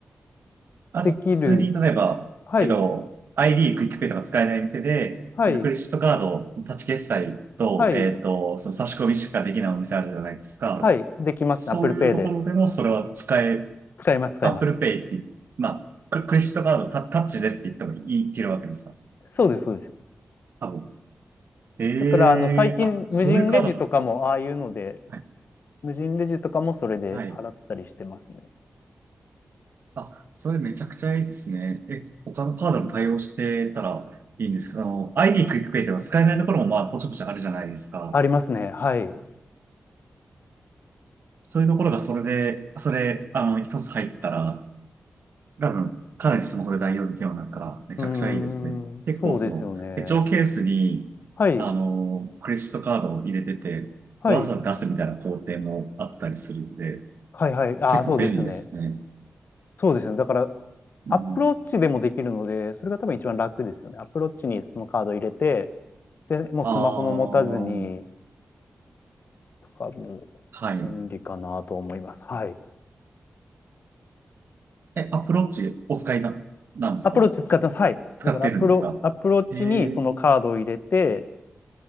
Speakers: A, on the right (about 75°); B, on the left (about 65°).
A: あ、
B: できる。
A: じゃあ、普通に、例えば、
B: はい。
A: えっと、ID、クイックペイとか使えない店で、
B: はい。
A: えっと、クレジットカード、タッチ決済と、
B: はい。
A: えっと、その差し込みしかできないお店あるじゃないですか。
B: はい。できますね。
A: そういうところでも、
B: Apple Pay で。
A: それは使え、
B: 使います、使います。
A: Apple Pay って、まあ、ククレジットカードタ、タッチでって言ってもいい、いけるわけですか。
B: そうです、そうです。
A: 多分。ええあ、
B: だから、あの、最近、無人レジとかも、
A: そういうカードも
B: ああいうので、
A: はい。
B: 無人レジとかもそれで払ったりしてますね。
A: はい。あ、それめちゃくちゃいいですね。え、他のカードも対応してたらいいんですけど、あの、ID クイックペイでは使えないところもまあ、ぽちぽちあるじゃないですか。
B: ありますね。はい。う
A: そういうところがそれで、それ、あの、一つ入ったら、多分、かなりスマホで代用できるようになるから、めちゃくちゃいいですね。
B: ーん、
A: 結構その、
B: そうですよね。
A: 手帳ケースに、
B: はい、
A: あの、クレジットカードを入れてて、
B: はい、
A: わざわざ出すみたいな工程もあったりするんで、
B: はい、はい。ああ、
A: 結構便利ですね。
B: そうですね。そうですね。だから、
A: うん
B: アップローチでもできるので、それが多分一番楽ですよね。アップローチにそのカード入れて、で、もうスマホも持たずに、
A: ああ、
B: とかも、
A: はい。
B: 便利かなと思います。はい。
A: え、アプローチお使いな、なんですか
B: アプローチ使ってます。はい。
A: 使ってるんですかええ、
B: だからアプロ、アプローチにそのカードを入れて、